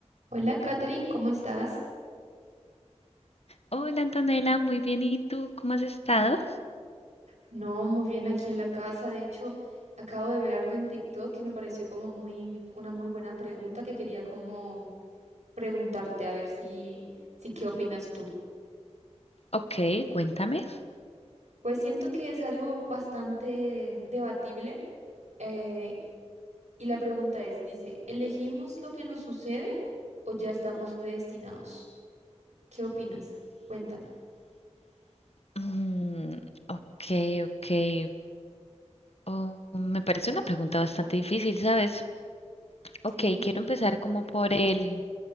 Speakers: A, on the right (about 75°); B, on the left (about 60°).
A: Hola, Katherine, ¿cómo estás?
B: Hola Antonella, muy bien. ¿Y tú cómo has estado?
A: No, muy bien aquí en la casa. De hecho, acabo de ver algo en TikTok que me pareció como muy, una muy buena pregunta que quería como preguntarte a ver si, si qué opinas tú.
B: Ok, cuéntame.
A: Pues siento que es algo bastante debatible eh, y la pregunta es, dice, ¿elegimos lo que nos sucede o ya estamos predestinados? ¿Qué opinas? Cuéntame.
B: Mm, ok, ok. Oh, me parece una pregunta bastante difícil, ¿sabes? Ok,
A: Sí,
B: quiero empezar como por el,